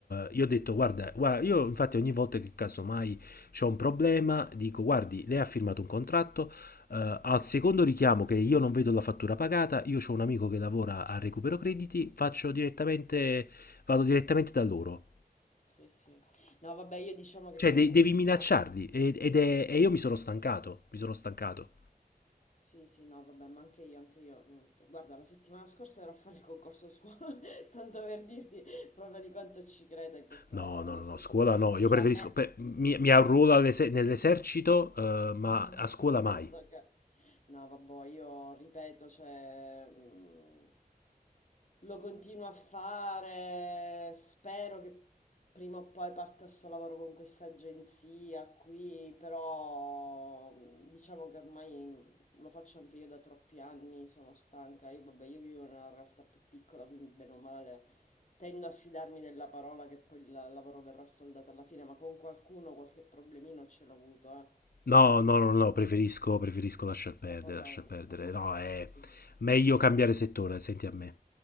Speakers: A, on the left; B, on the left.
A: io ho detto, guarda, guarda, io infatti ogni volta che casomai c'ho un problema, dico, guardi, lei ha firmato un contratto, eh, al secondo richiamo che io non vedo la fattura pagata, io ho un amico che lavora a recupero crediti, faccio direttamente, vado direttamente da loro.
B: Sì, sì. No, vabbè, io diciamo che
A: Cioè,
B: comunque,
A: de- devi
B: insomma...
A: minacciarli ed, ed è-
B: Sì,
A: e io mi sono stancato, mi sono stancato.
B: sì, sì, no, vabbè, ma anche io, anche io. mm, Guarda, la settimana scorsa ero a fare il concorso a scuola, <laughs> tanto per dirti proprio di quanto ci creda in questo
A: No,
B: lavoro,
A: no,
B: nel
A: no, no,
B: senso
A: scuola no, io
B: che
A: preferisco,
B: a me...
A: pe- mi, mi arruolo all'ese- nell'esercito, eh, ma
B: <laughs>
A: a scuola
B: Piuttosto
A: mai.
B: che... No, vabbè, io ripeto, cioè, mm, lo continuo a fare, spero che prima o poi parta sto lavoro con questa agenzia qui, però mm, diciamo che ormai mm, lo faccio anche io da troppi anni, sono stanca, io vabbè, io vivo in una realtà più piccola, quindi bene o male tendo a fidarmi della parola che poi il lavoro verrà saldato alla fine, ma con qualcuno qualche problemino ce l'ho avuto, eh.
A: No, no, no, no, preferisco, preferisco lasciar
B: Questa
A: perdere,
B: cosa
A: lasciar
B: non
A: perdere.
B: non mi
A: No,
B: piace,
A: è
B: sì.
A: meglio cambiare settore, senti a me.